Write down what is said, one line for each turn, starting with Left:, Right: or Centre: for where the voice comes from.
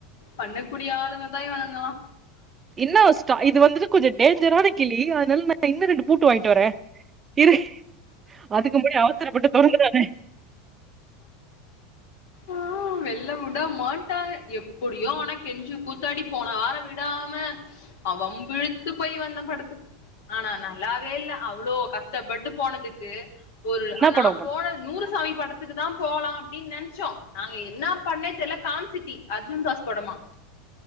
Left: பண்ணக்கூடிய ஆளுங்க தா இவனுங்கலா
Right: இன்னா ஸ்ட் இது வந்துட்டு கொஞ்சோ டேஞ்சரான கிளி அதனால நா இன்னூ ரெண்டு பூட்டு வாங்கிட்டு வரே இரு அதுக்கு முன்னாடி அவசரப்பட்டு தொறந்துறாத
Left: ஆ வெள்ளவுட மாட்டாங்க எப்டியோ ஆனா கெஞ்சு கூத்தாடி போன வாரோ விடாம அ வம்பிழுத்து போய் வந்தே படத்துக்கு ஆனா நல்லாவே இல்ல அவ்ளோ கஷ்டப்பட்டு போனதுக்கு ஒரு
Right: என்ன
Left: நா
Right: படோ பண்
Left: போன நூறு சாமி படத் க்கு தா போலா அப்டின் நெனச்சோ நாங்க என்னா பண்ணே தெரில கான்சிட்டி அர்ஜுன் தாஸ் படமா